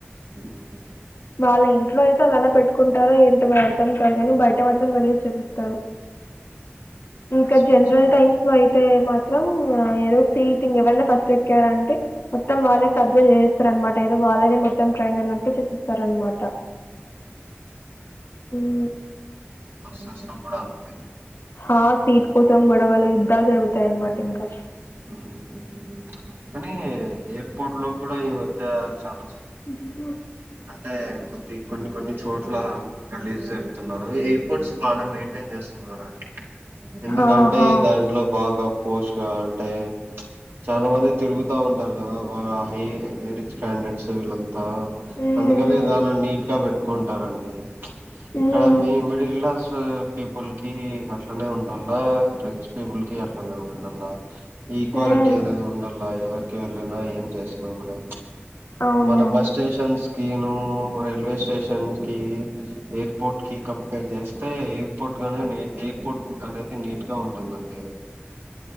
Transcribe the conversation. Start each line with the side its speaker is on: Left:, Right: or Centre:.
Right: అ
Left: వాళ్ళ ఇంట్లో అయితే అలానే పెట్టుకుంటారా ఏంటి అర్థం కాదు కాని బయట మాత్రం గళ్లీజ్ చేసేస్తారు ఇంకా
Right: రెస్పాన్సిబిలిటీ
Left: జనరల్ టైమ్స్ లో అయితే అతే మాత్రం ఏదో సీటింగ్ ఎవరినా ఫస్ట్ వచ్చారంటే మొత్తం వాళ్ళే కబ్జా చేస్తార అనమాట ఏదో వాళ్ళద మొత్తం ట్రైన్ అన్నట్టు చేసిస్తార అనమాట ఊమ్
Right: బసస్ లో కూడా అంతే
Left: ఆ సీట్ కోసం గొడవలు యుద్ధాలు జరుగుతాయ అన్నమాట ఇంకా
Right: ఉమ్. కానీ ఎయిర్పోర్ట్ లో కూడా ఈ మధ్య చాల
Left: ఊహ్మ్
Right: అంటే కొద్ది కొన్ని కొన్ని చోట్ల గల్లీజ్ అతున్నారు ఎయిర్పోర్ట్స్ బానే మెయింటైన్ చేస్తున్నారు అండి ఎందుకంటే
Left: హా! హా!
Right: దాంట్లో బాగా పోష్గా అంటే చాలా మంది తిరుగుతా ఉంటారు కదా బాగా హై హై రిచ్ క్యాండిడేట్స్ వీళ్లంతా
Left: హ్మ్.
Right: అందుకనే దానీలో నీట్ గా పెట్ట కొంటారండి
Left: హ్మ్. హ్మ్.
Right: తరువాత మీ మిడిల్ క్లాస్ పీపుల్ కి అట్లనే ఉండాల్లా రిచ్ పీపుల్ కి అట్లనే ఉండాల ఈక్వాలిటీ
Left: హ్మ్.
Right: అనేది ఉండాలి ఎవర్ కి వెళ్ళనా ఏం చేసిన కూడా
Left: అవునవును.
Right: మన బస్ స్టేషన్ స్కను రైల్వే స్టేషన్ కి ఎయిర్పోర్ట్ కి కంపేర్ చేస్తే ఎయిర్పోర్ట్ గానే ఎయిర్పోర్ట్ అనేది నీట్ గా ఉంటుందండి